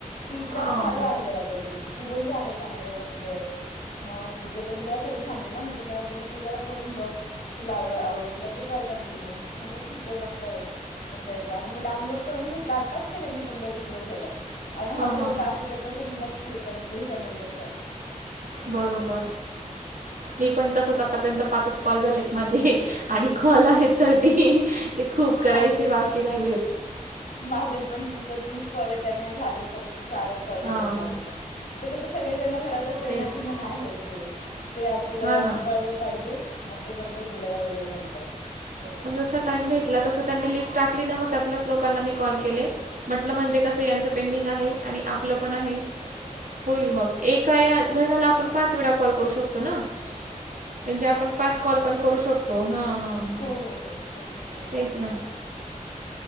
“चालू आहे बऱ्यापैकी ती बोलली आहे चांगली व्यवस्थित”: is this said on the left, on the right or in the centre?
Left